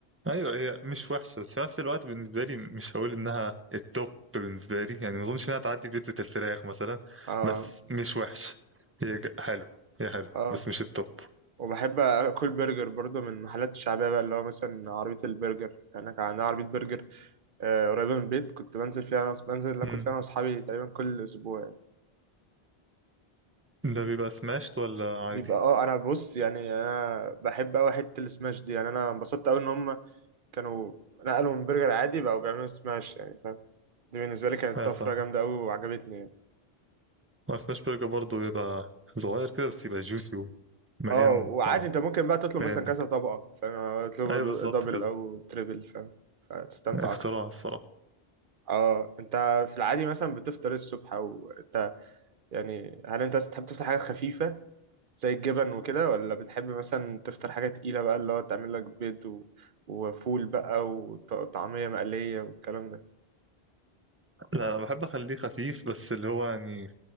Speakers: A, on the right (about 15°); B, on the right (about 55°).
A: ايوه هي مش وحشه بس في نفس الوقت بالنسبه لي مش هقول انها التوب بالنسبه لي يعني ما اظنش انها تعدي بيتزا الفراخ مثلا
B: اه
A: بس مش وحشه هي ج- حلو هي حلو
B: اه
A: بس مش التوب
B: وبحب اكل برجر برضه من المحلات الشعبيه بقى اللي هو مثلا عربيه البرجر يعني كان عندنا عربيه برجر آه، قريبه من البيت كنت بنزل فيها أنا وأص- بنزل اكل
A: مم.
B: فيها انا واصحابي تقريبا كل اسبوع
A: ده بيبقى سماشت ولا عادي
B: بيبقى اه انا بص يعني انا بحب قوي حته السماش دي يعني انا انبسطت قوي ان هم كانوا نقلوا من برجر عادي بقوا بيعملوا سماش يعني فاهم دي بالنسبه لي كانت
A: اه
B: طفره
A: ف
B: جامده قوي وعجبتني يعني
A: سماش برجر برضه بيبقى صغير كده بس يبقى جوسي ومليان
B: اه وعادي
A: طعم
B: انت ممكن بقى تطلب
A: مليان
B: مثلا
A: نكهه
B: كذا طبقه فاهم اطلب
A: ايوه بالظبط
B: دبل
A: كده
B: او تريبل فاهم فتستمتع
A: اختراع
B: اكتر
A: الصراحه
B: اه انت في العادي مثلا بتفطر إيه الصبح او انت يعني هل انت تحب تفطر حاجه خفيفه زي الجبن وكده ولا بتحب مثلا تفطر حاجة تقيلة بقى اللي هو تعمل لك بيض و... وفول بقى وطعمية مقلية والكلام ده
A: لا انا بحب اخليه خفيف بس اللي هو يعني